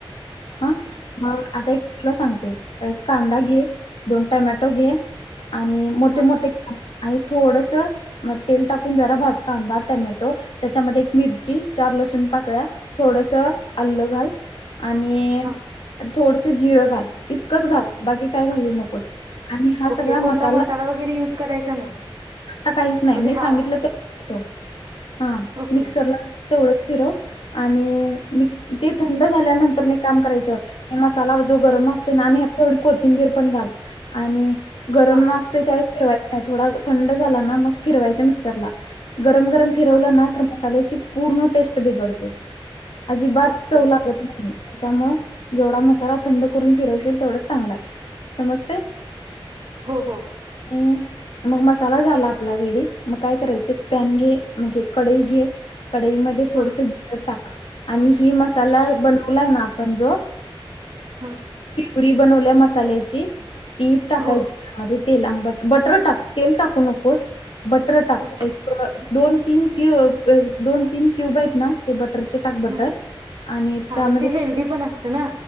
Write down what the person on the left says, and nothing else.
हा मग आता एक सांगते एक कांदा घे दोन टमॅटो घे. आणि मोठे
मोठे आणि थोडसं म तेल टाकून जरा भाज कांदा, टमॅ टोल त्याच्यामध्ये एक मिरची चार लसूण पाकळ्या थोडसं आल्ल घाल. आणि
थोडसं जिरं घाल इतकं घाल बा की काय घालू नकोस आणि हा सगळा
मसाला,
आता काहीच नाही
मी सांगितलं
तो हा
मिक्सरला तेवढं फिरो, आणि मिक्स ते थंड झाल्यानंतर न एक काम करायचं हे मसाला जो गरम
असतो ना आणि थोडी को थिंबीर पण घाल आणि गरम
असतोय त्यावेळी थोडा थंड झाला ना मग फिरवाच मिक्सरला गरम गरम फिरवलं
ना तर. साल्याची पूर्ण टेस्ट बिघडते. अजिबात
चव लागत नाही. च्यामुळं जेवढा मसाला थंड करून फिरवशील तेवढंच चांगलं हाय, समजतंय.
हमम मग मसाला झाला आपला रेडी मग काय करायचं, एक पॅन
घे, म्हजे कढई घे, कढईमध्ये थोडंसं
जिरं टाक, आणि, मी मसाला बनवला आहे ना आ, पंजोऽऽऽऽ
पूरी बनवल्या मसाल्याची. ती टाकायची
त्यामध्ये. तेल आंबट, बटर टाक तेल टाकू नकोस. बटर टाक,
एकऽऽऽऽ दोन तीन क्यू अ, दोन तीन क्यूब आहेत ना ते बटऽऽ चे टाक बटर,
आणि
त्यामध्येऽऽऽ